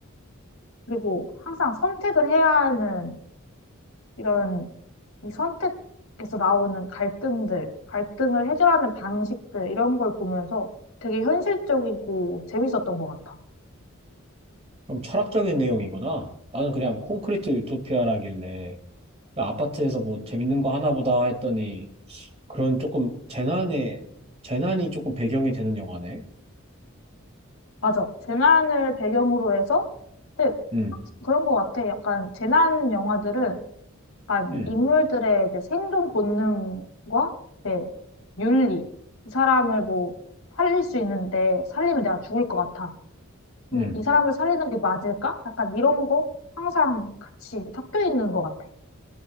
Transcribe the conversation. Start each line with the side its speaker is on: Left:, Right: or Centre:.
Left: 그리고 항상 선택을 해야 하는 이런 이 선택에서 나오는 갈등들, 갈등을 해결하는 방식들, 이런 걸 보면서 되게 현실적이고 재밌었던 것 같아.
Right: 좀 철학적인 내용이구나. 나는 그냥 콘크리트 유토피아라길래 그 아파트에서 뭐 재밌는 거 하나 보다 했더니 그런 조금 재난의 재난이 조금 배경이 되는 영화네.
Left: 맞아. 재난을 배경으로 해서, 근데
Right: 음,
Left: 그런 것 같아. 약간 재난 영화들은 약간
Right: 음,
Left: 인물들의 이제 생존 본능과 이제 윤리. 이 사람을 뭐 살릴 수 있는데 살리면 내가 죽을 것 같아.
Right: 음.
Left: 음, 이 사람을 살리는 게 맞을까? 약간 이런 거 항상 같이 섞여 있는 것 같아.